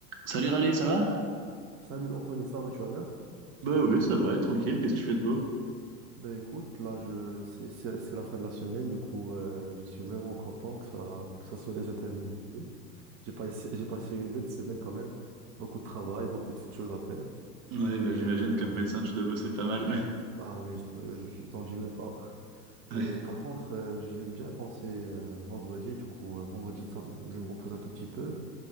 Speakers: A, on the right (about 55°); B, on the right (about 30°).
A: Salut Raleigh, ça va?
B: Salut Anthony, ça va, tu vas bien?
A: Bah oui, ça va, tranquille, qu'est-ce que tu fais de beau?
B: Ben écoute, là je c'est c'est- c'est la fin de la semaine, du coup euh, je suis vraiment content que ça que ça soit déjà terminé. J'ai pas essa- j'ai passé une bête semaine quand même, beaucoup de travail, beaucoup de choses à faire
A: Ouais, bah
B: et
A: j'imagine
B: euh,
A: comme médecin, tu dois bosser pas mal. Ouais.
B: ah oui, je te- je t'en dis même pas. Et
A: Ouais.
B: euh, par contre, euh, j'aime bien quand c'est euh, vendredi, du coup euh, vendredi sam- je me repose un tout petit peu